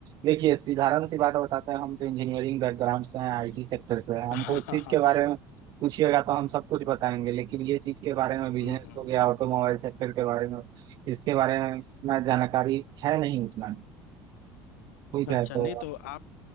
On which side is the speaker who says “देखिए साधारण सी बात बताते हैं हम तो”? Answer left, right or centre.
Right